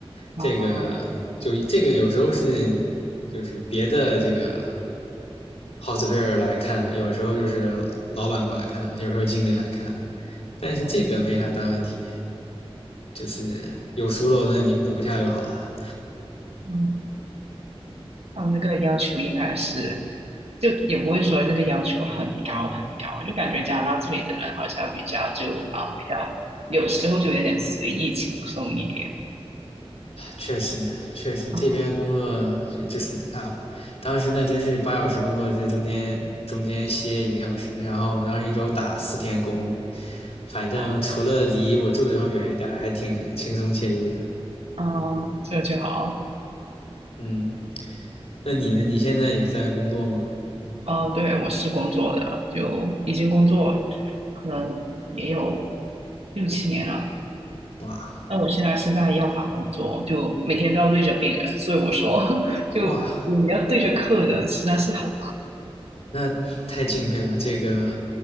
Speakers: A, on the left; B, on the right.
A: 这个就这个有时候是就是别的这个。
B: 啊，
A: Hotspur 来看，有时候就是老板过来看，有时候经理来看，但是这个没啥大问题，就是有疏漏那你补一下就好了。
B: 嗯，他们那个要求应该是，就也不会说那个要求很高很高，就感觉加拿大这里的人好像比较就啊、比较有时候就有点随意轻松一点。
A: 确实，确实这边工作就就是啊，
B: 啊
A: 当时那真是八小时工作制，中间中间歇一个小时，然后我当时一周打四天工，反正除了离我住的地方远一点，
B: 啊
A: 还挺轻松惬意的。
B: 嗯，这就好。
A: 嗯，那你呢？你现在也是在工作吗？
B: 哦，对，我是工作的，就已经工作，可能也有六七年了。
A: 哇
B: 那我现在是在药房工作，就每天都要对着病人，所以我说，<laughs> 就你要对着客人，
A: 哇！
B: 实在是很
A: 那太敬佩了，这个